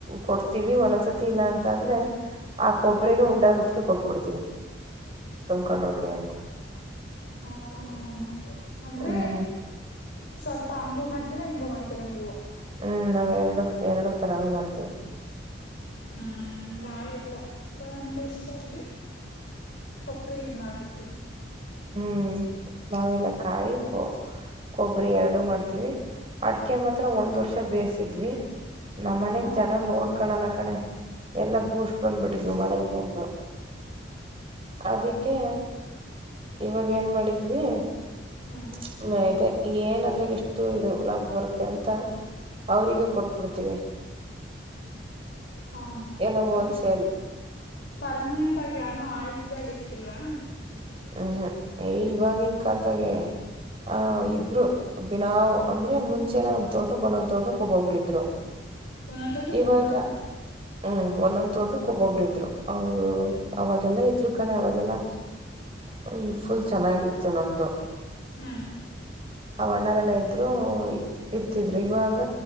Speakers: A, on the right; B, on the left.
A: ಕೊಡ್ತೀವಿ ಒಂದೊಂದ್ಸತಿ ಇಲ್ಲ ಅಂತ ಅಂದ್ರೆ ಆ ಕೊಬ್ರಿಗೆ ಉಂಡಾಗ ಉಕ್ಕಿ ಕೊಟ್ಬಿಡ್ತೀವಿ ತುಂಬಕೊಂಡ್ ಹೋಗ್ರಿ ಅಂತ
B: ಹ್ಮ ಹ್ಮ ಹಾ ಅಂದ್ರೆ
A: ಹ್ಮ್
B: ಸ್ವಲ್ಪ ಹಂಗು ಮಾಡ್ತ ಹಿಂಗೂ ಮಾಡ್ತೀರಾ ನೀವು
A: ಹ್ಮ್ ನಾವ್ ಎರಡ್ ಎರಡು ತರಾನು ಮಾಡ್ತೀವಿ
B: ಹ್ಮ್ ನಾವಿಲ್ಲ ಬಂದಷ್ಟ ಬರ್ಲಿ ಕೊಬ್ರಿ ಇದ್ ಮಾಡ್ಬಿಡ್ತೀವಿ
A: ಹ್ಮ್ ನಾವೆಲ್ಲ ಕಾಯಿ ಕೊ ಕೊಬ್ಬರಿ ಎರಡು ಮಾಡ್ತೀವಿ ಅಡಕೆ ಮಾತ್ರ ಒಂದ್ ವರ್ಷ ಬೇಯಸಿದ್ವಿ ನಮ್ಮನೆಗ್
B: ಹಾ
A: ಜನ ನೋಡ್ಕಣಲ್ಲ ಎಲ್ಲಾ ಬೂಸ್ಟ್ ಬಂದ್ಬಿಟ್ಟು <unintelligible> ಅದಕ್ಕೆ
B: ಓ
A: ಇವಾಗ ಏನ್ ಮಾಡಿದ್ವಿ.
B: ಹ್ಮ್
A: <unintelligible> ಏನಾದ್ರ ಎಷ್ಟು ಇದು ಲಾಭ ಬರುತ್ತೆ ಅಂತ ಅವ್ರಗ ಕೊಟ್ಬಿಡ್ತೀವಿ.
B: ಹಾ
A: ಎಲ್ಲ ಹೋಲ್ಸೇಲ್
B: ಅ ಪರ್ಮನೆಂಟ್ ಯಾರ್ನ್ನು ಆಳ್ಗಳ ಇಕ್ಸಿಲ್ವಾ.
A: ಹ್ಮ್ <unintelligible> ಹುಹು ಇವಾಗಿವಾಗಿನ ಕಾಲದಾಗೆ ಆ ಇದ್ರು ದ ನಾವು ಅಂದ್ರೆ ಮುಂಚೆನಂದ ತೋಟಕ್ ಒಂದೊಂದ್ ತೋಟಕ್ ಒಬ್ಬೊಬರು ಇದ್ರು.
B: ಒಂದ್ ಒಂದ್ ತೋಟಕ್ಕೆ
A: ಇವಾಗ
B: <unintelligible>
A: ಹ್ಮ್ ಒಂದೊಂದ ತೋಟಕ್ ಒಬ್ಬೊಬ್ರ ಇದ್ರು ಅವರು ಅವಾಗೆಲ್ಲಾ ಇದ್ರು ಕಣೆ ಅವಾಗೆಲ್ಲ. ಹ್ಮ ಫುಲ್ ಚೆನ್ನಾಗಿತ್ತು ನಮ್ದು
B: ಹ್ಮ್
A: ಅವಾನ್ನವರೆಲ್ಲ ಇದ್ರು ಇರ್ತಿದ್ರು ಇವಾಗ